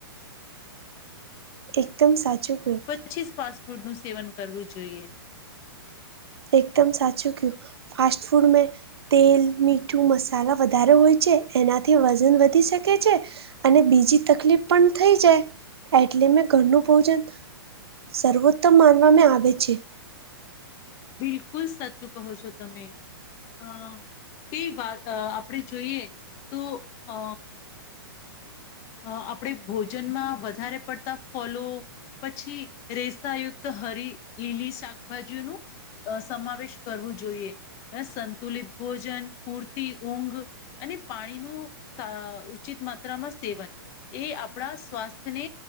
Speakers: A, on the right; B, on the left.
A: એકદમ સાચું ક
B: પછી ફાસ્ટ ફૂડ નું સેવન કરવું જોઈએ
A: એકદમ સાચું કું ફાસ્ટ ફૂડ મે તેલ મીઠું મસાલા વધારે હોય છે એનાથી વજન વધી શકે છે અને બીજી તકલીફ પણ થઈ જાય એટલે મેં ઘરનું ભોજન સર્વોત્તમ માનવામાં આવે છે
B: બિલકુલ સાચું કહો છો તમે અ તે વાત આપણે જોઈએ તો અ અ આપણે ભોજનમાં વધારે પડતા ફલો પછી રેસાયુક્ત હરી લીલી શાકભાજીનું અ સમાવેશ કરવું જોઈએ હ સંતુલિત ભોજન પૂરતી ઊંઘ અને પાણીનું ઉચિત માત્રામાં સેવન એ આપણા સ્વાસ્થ્યને